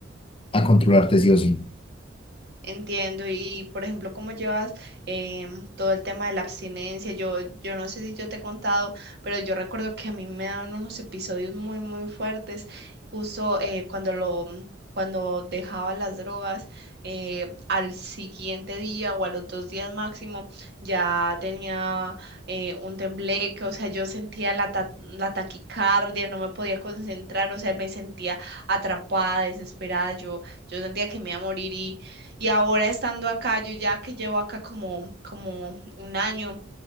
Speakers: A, on the left; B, on the right.
A: a, a controlarte sí o sí.
B: Entiendo, y por ejemplo, cómo llevas em, todo el tema de la abstinencia. Yo, yo no sé si yo te he contado, pero yo recuerdo que a mí me daban unos episodios muy, muy fuertes, justo eh, cuando lo, cuando dejaba las drogas, eh, al siguiente día o a los dos días máximo, ya tenía eh, un tembleque, o sea, yo sentía la, ta- la taquicardia, no me podía concentrar, o sea, me sentía atrapada, desesperada, yo, yo sentía que me iba a morir y y ahora estando acá, yo ya que llevo acá como, como un año,